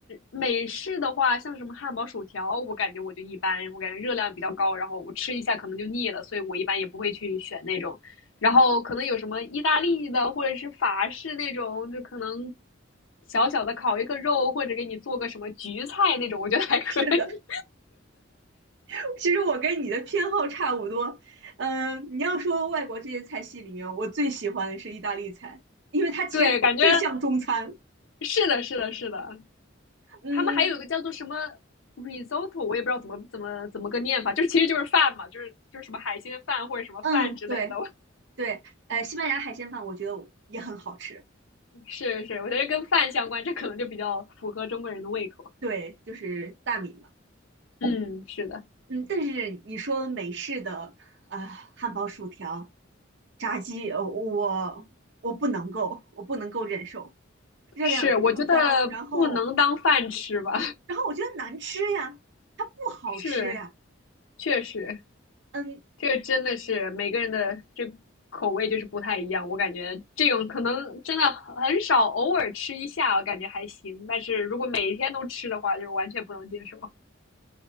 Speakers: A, on the left; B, on the right.
A: 美式的话，像什么汉堡、薯条，我感觉我就一般，我感觉热量比较高，然后我吃一下可能就腻了，所以我一般也不会去选那种。然后可能有什么意大利的或者是法式那种，就可能小小的烤一个肉，或者给你做个什么焗菜那种，我觉得还可以。
B: 是的，<laughs> 其实我跟你的偏好差不多，呃，你要说外国这些菜系里面，我最喜欢的是意大利菜，因为它其实最像中餐。
A: 对，感觉是的，是的，是的。
B: 嗯
A: 他们还有一个叫做什么 risotto，我也不知道怎么怎么怎么个念法，就是其实就是饭嘛，就是就是什么海鲜饭或者什么饭之类的。
B: 嗯，对对，呃，西班牙海鲜饭我觉得也很好吃，
A: <laughs> 是是，我觉得跟饭相关，这可能就比较符合中国人的胃口。
B: 对，就是大米嘛。
A: 嗯，是的，
B: 嗯，但是你说美式的啊、汉堡、薯条、炸鸡，呃我我不能够，我不能够忍受，热量又高，
A: 是，我觉得不能当饭吃吧，
B: 然后然后我觉得难吃呀，它不好吃呀。
A: <laughs> 是，确实。
B: 嗯，
A: 这个真的是每个人的这口味就是不太一样，我感觉这种可能真的很少，偶尔吃一下我感觉还行，但是如果每天都吃的话，就完全不能接受，